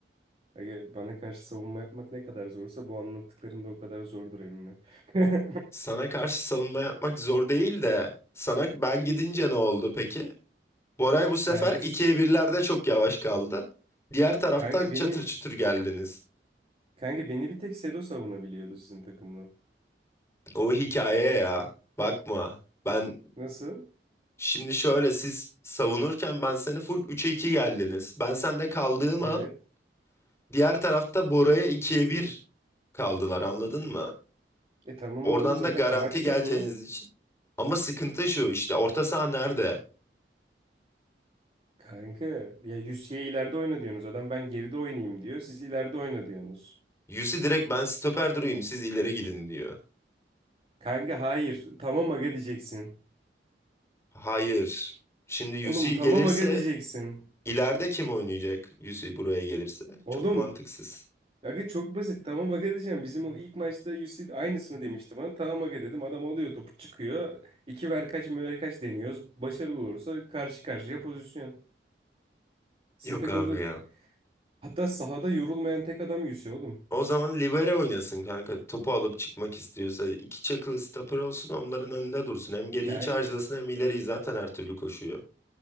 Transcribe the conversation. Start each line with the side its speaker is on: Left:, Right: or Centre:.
Right: Aga, bana karşı savunma yapmak ne kadar zorsa bu anlattıkların da o kadar zordur emmi. <laughs>
Left: Sana karşı savunma yapmak zor değil de sana ben gidince ne oldu peki? Boray bu sefer
Right: Kanka, s-
Left: ikiye birlerde çok yavaş kaldı. Diğer taraftan
Right: kanka
Left: çatır
Right: beni
Left: çutur geldiniz.
Right: kanka beni bir tek Sedo savunabiliyordu sizin takımla.
Left: O hikaye ya. Bakma. Ben
Right: Nasıl?
Left: şimdi şöyle siz savunurken ben seni full 3'e 2 geldiniz. Ben sende kaldığım
Right: Evet.
Left: an diğer tarafta Bora'ya ikiye bir kaldılar anladın mı?
Right: E tamam
Left: Oradan
Right: oğlum zaten
Left: da garanti
Right: amaç
Left: geleceğiniz
Right: da bu.
Left: için. Ama sıkıntı şu işte orta saha nerede?
Right: Kanka ya Yusye ileride oyna diyorsunuz. Adam ben geride oynayayım diyor. Siz ileride oyna diyorsunuz.
Left: Yusi direkt ben stoper durayım siz ileri gidin diyor.
Right: Kanka hayır. Tamam aga diyeceksin.
Left: Hayır. Şimdi
Right: Oğlum
Left: UC
Right: tamam
Left: gelirse
Right: aga diyeceksin.
Left: ileride kim oynayacak UC buraya gelirse?
Right: Oğlum
Left: Çok mantıksız.
Right: Aga çok basit tamam aga diyeceğim. Bizim o ilk maçta UC aynısını demişti bana. Tamam aga dedim. Adam alıyor topu çıkıyor. İki ver kaç möver kaç deniyoruz. Başarılı olursa karşı karşıya pozisyon. Sizin
Left: Yok
Right: takımda
Left: abi ya.
Right: hatta sahada yorulmayan tek adam UC oğlum.
Left: O zaman libero oynasın kanka. Topu alıp çıkmak istiyorsa iki çakılı stopper olsun onların önünde dursun. Hem geriyi
Right: Yani
Left: charge'lasın hem ileriyi zaten her türlü koşuyor.